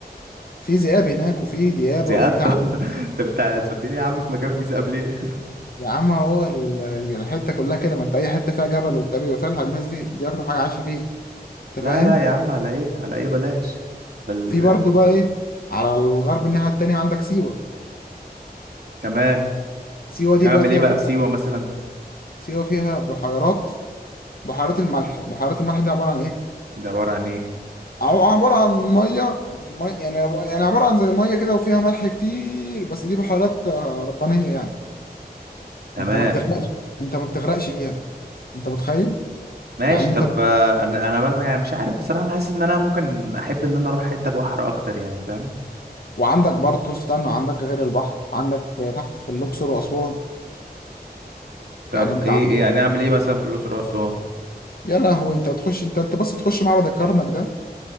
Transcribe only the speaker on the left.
في ذئاب هناك وفي ديابه
وفي تعابين
يا عم هو ال- الحته كلها كده ما انت اي حته فيها جبل وبتاع بيبقى فيها الناس دي دي اكتر حاجه عايشه فيها
انت
فاهم
في برضه بقى ايه على الغرب الناحيه التانيه عندك سيوه
سيوه دي
بقى فيها
سيوه فيها بحيرات بحيرات الملح بحيرات الملح دي عباره عن ايه
عو- عبارة عن مية مي- يعني يعني عبارة عن زي مية كده وفيها ملح كتير بس دي بحيرات آه، ربانية يعني
انت ما بتغرقش انت ما بتغرقش فيها انت متخيل
يعني انت
وعندك برضه استنى عندك غير البحر عندك في تحت في الاقصر واسوان
يعني انت
عندك
يا لهوي انت تخش انت انت بس تخش معبد الكرنك ده